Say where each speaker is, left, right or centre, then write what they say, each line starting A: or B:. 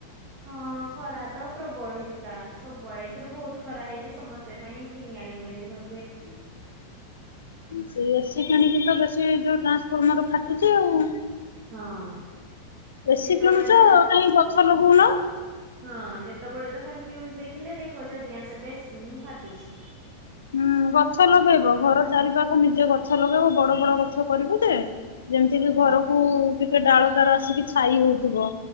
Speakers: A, on the right; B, on the left.
A: ହଁ ଖରା ତ ପ୍ରବଳ ହେଇଥିଲା ସବୁଆଡେ ଏଥର ବହୁତ ଖରା ହେଇଛି ସମସ୍ତେ ସେ ପାଇଁ କିଣି ଆଣି ପକେଇଛନ୍ତି ଘରକୁ ଏସି
B: ସେଇ ଏସି କିଣିକି ତ ବେଶୀ ଯୋଉ ଟ୍ରାନ୍ସଫର୍ମର ଫାଟୁଛି ଆଉ।
A: ହଁ
B: ଏସି
A: ଯେତେବେଳେ
B: କିଣୁଛ
A: ତ
B: କାଇଁ ଗଛ ଲଗଉନ?
A: ହଁ ଯେତେବେଳେ ତ ଖାଲି ନିଉଜ ଦେଖିଲେ ଦେଖଉଛି ଅଧିକାଂଶ ଏବେ ଏସି ହିଁ ଫାଟୁଛି।
B: ହଁ ଗଛ ଲଗେଇବ ଘର ଚାରି ପାାଖ ନିଜେ ଗଛ ଲଗେଇବ ବଡ ବଡ ଗଛ କରିବୁ ଯେ ଯେମତିକି
A: ହଁ।
B: ଘରକୁ ଟିକେ ଡାଳ ତାର ଆସିକି ଛାଇ ହଉଥିବ।